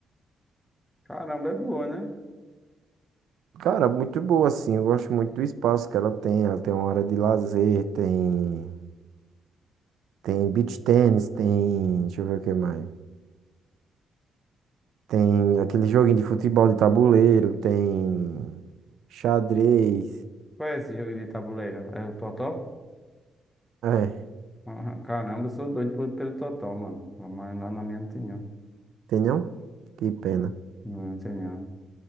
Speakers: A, in the centre; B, on the right.
A: caramba, é boa, né?
B: Cara, muito boa, assim. Eu gosto muito do espaço que ela tem. Ela tem uma área de lazer, tem, tem beach tênis, tem. Deixa eu ver o que mais. Tem aquele joguinho de futebol de tabuleiro, tem xadrez.
A: Qual é esse jogo de tabuleiro? É o Totó?
B: É,
A: Ah, Caramba, eu sou doido pelo, pelo Totó, mano. Mas lá na minha não tem não.
B: tem não? Que pena.
A: Não tem não.